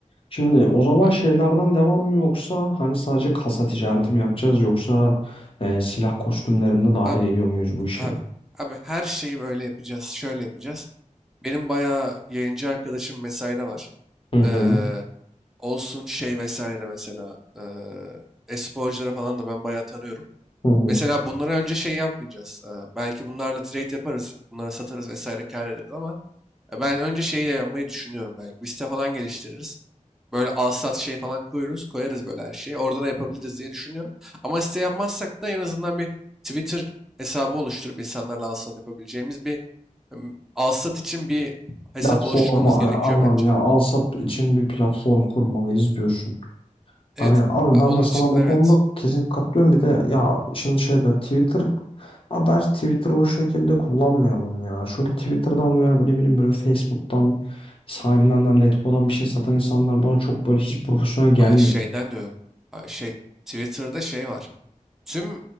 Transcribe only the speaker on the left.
Şimdi o zaman
şeylerden devam mı yoksa hani sadece kasa ticareti mi yapacağız yoksa e, silah kostümlerini de dahil
ediyor muyuz bu işe?
Hı hı.
Hı hı.
Platform
e,
anlam
ya al sat için bir platform kurmalıyız diyorsun.
Hani abi
ben
de sana
bu
konuda kesin katılıyorum. Bir de ya şimdi şeyde Twitter Abi bence Twitter'ı o şekilde kullanmayalım ya. Çünkü Twitter'dan veya ne bileyim böyle Facebook'tan sahibinden Letgo'dan bir şey satan insanlar bana çok böyle hiç profesyonel gelmiyor.